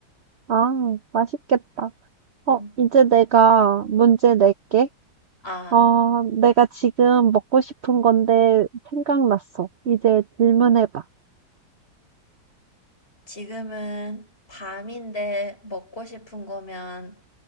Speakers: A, on the right (about 60°); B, on the left (about 30°).
A: 아, 맛있겠다. 어,
B: 음.
A: 이제 내가 문제 낼게.
B: 아,
A: 어, 내가 지금 먹고 싶은 건데 생각났어. 이제 질문해봐.
B: 지금은 밤인데 먹고 싶은 거면